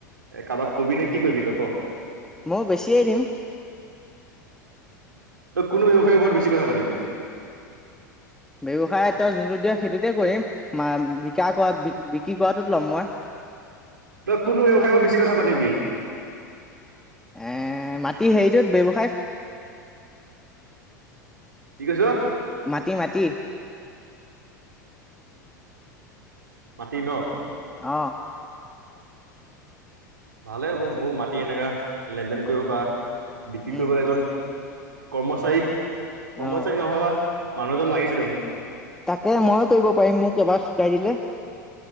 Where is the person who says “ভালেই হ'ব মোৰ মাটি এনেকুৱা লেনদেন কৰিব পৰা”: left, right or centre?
Right